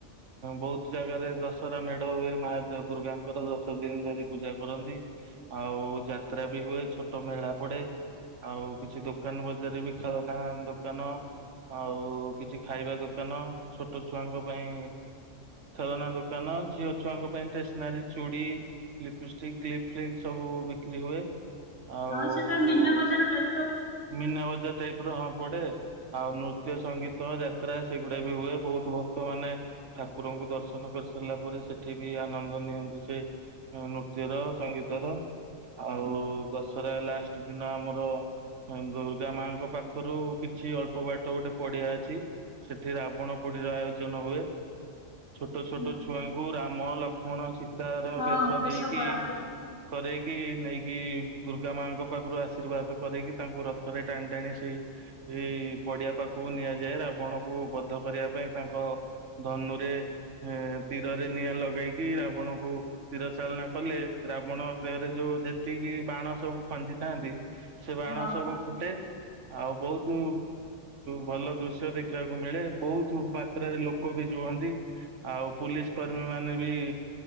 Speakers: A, on the right; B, on the left.
A: ବହୁତ ଜାଗାରେ ଦଶହରା ମେଢ ହୁଏ ମା ଦୁର୍ଗାଙ୍କର ଦଶ ଦିନ ଧରି ପୂଜା କରନ୍ତି ଆଉ ଯାତ୍ରା ବି ହୁଏ ଛୋଟ ମେଳା ପଡେ। ଆଉ କିଛି ଦୋକାନ ବଜାର ବି ଖେଳନା ଦୋକାନ ଆଉ କିଛି ଖାଇବା ଦୋକାନ ଛୋଟ ଛୁଆଙ୍କ ପାଇଁ ଖେଳନା ଦୋକାନ ଝିଅ ଛୁଆଙ୍କ ପାଇଁ ଷ୍ଟେସନାରୀ ଚୁଡ଼ି ଲିପିଷ୍ଟିକ କ୍ଲିପ ଫିପ ସବୁ ବିକ୍ରି ହୁଏ। ଆଉ
B: ହଁ ସେଟା ମୀନା ବଜାର ଟେ।
A: ମୀନା ବଜାର ଟାଇପ ର ହଁ ପଡେ। ଆଉ ନୃତ୍ୟ ସଙ୍ଗୀତ ଯାତ୍ରା ସେଗୁଡା ବି ହୁଏ ବହୁତ ଭକ୍ତ ମାନେ ଠାକୁରଙ୍କୁ ଦର୍ଶନ କରିସାରିଲା ପରେ ସେଠି ବି ଆନନ୍ଦ ନିଅନ୍ତି ସେ ନୃତ୍ୟର ସଙ୍ଗୀତର ଆଉ ଦଶହରା ଲାଷ୍ଟ ଦିନ ଆମର ଦୁର୍ଗା ମାଙ୍କ ପାଖରୁ କିଛି ଅଳ୍ପ ବାଟ ଗୋଟେ ପଡିଆ ଅଛି ସେଠି ରାବଣ ପୋଡିର ଆୟୋଜନ ହୁଏ। ଛୋଟ ଛୋଟ
B: ହୁଁ
A: ଛୁଆଙ୍କୁ ରାମ ଲକ୍ଷ୍ମ ଖଣ ଅଛି। ତାର
B: ହଁ
A: ବେଶ ଦେଇକି
B: କରାନ୍ତି
A: କରେଇ କି ନେଇକି ଦୁର୍ଗା ମାଙ୍କ ପାଖରୁ ଆଶୀର୍ବାଦ କରିକି ତାଙ୍କୁ ରଥରେ ଟାଣି ଟାଣି ସେଇ ଏଇ ପଡିଆ ପାଖକୁ ନିଆଯାଏ ରାବଣକୁ ବଧ କରିବା ପାଇଁ ତାଙ୍କ ଧନୁରେ ତୀରରେ ନିଆଁ ଲଗେଇକି ରାବଣଙ୍କୁ ତୀର ଚାଳନା କଲେ ରାବଣ ଦେହରେ ଯୋଉ ଯେତିକି ବାଣ ସବୁ ଖଞ୍ଜି ଥାନ୍ତି। ସେ ବାଣ
B: ହଁ
A: ସବୁ ଫୁଟେ। ଆଉ ବହୁତ ଭଲ ଦୃଶ୍ୟ ଦେଖିବାକୁ ମିଳେ ବହୁତ ମାତ୍ରାରେ ଲୋକ ବି ଯୁହନ୍ତି ଆଉ ପୁୋଲିସ କର୍ମୀ ମାନେ ବି